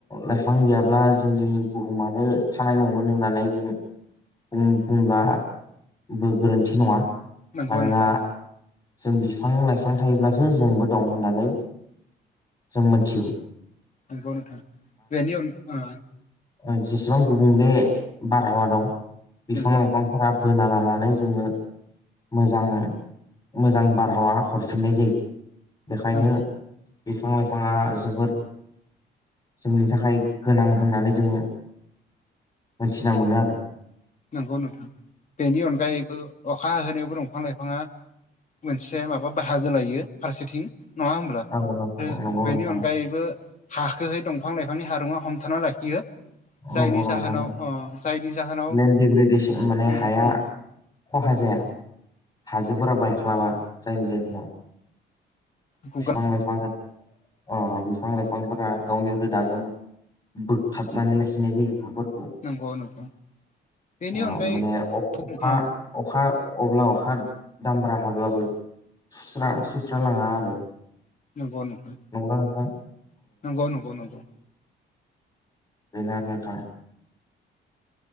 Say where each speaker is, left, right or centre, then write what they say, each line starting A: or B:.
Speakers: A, on the left; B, on the left.
A: लाइफां गैयाब्ला जोंनि बुहुमानो थानाय नंगोनो होननानै बुंङो बुं-बुंब्लाबो गोरोन्थि नङा।
B: नंगौ
A: मानोना
B: नोंथां।
A: जों बिफां लाइफां थायोब्लासो जोंबो दं होननानै जों मोनथिगौ।
B: नंगौ नोंथां बेनि अन ओ
A: ओ जेसेबां गुबुंले बारहावा दं बिफां
B: नंगौ नोंथां
A: लाइफांफोरा बोना लानानै जोंनो मोजां मोजां बारहावा हरफिननाय जायो बेखायनो
B: नंगौ
A: बिफां लाइफाङा जोबोर जोंनि थाखाय गोनां होननानै जों मोनथिना मोनो आरो।
B: नंगौ नोंथां बेनि अनगायैबो अखा होनायावबो दंफां लाइफाङा मोनसे माबा बाहागो लायो फारसेथिं नङा होनब्ला आरो
A: औ नोंथां नंगौ नोंथां
B: बेनि अनगायैबो हाखोहै दंफां लाइफांनि हारुङा हमथाना लाखियो जायनि
A: नंगौ नोंथां
B: जाहोनाव अ जायनि जाहोनाव
A: लन्ड दिग्रिदे माने
B: उम
A: हाया
B: उम
A: खहा जाया। हाजोफोरा बायख्लाबा जायनि जाहोनाव
B: गुगा
A: फिफां लायफां अ बिफां लाइफांफोरा गावनि रोदाजों बोगथाबनानै लाखिनाय जायो हाफोर
B: नांगौ नोंथां बिनि
A: ओ
B: अनगायै
A: माने अखा
B: <unintelligible>
A: अखा अब्ला अखा दामब्रा हाब्लाबो सुस्रा सुस्रालाङा आरो
B: नंगौ नोंथां।
A: नंला नोंथा
B: नंगौ नंगौ नंगौ।
A: बेनो आरो नोंथां।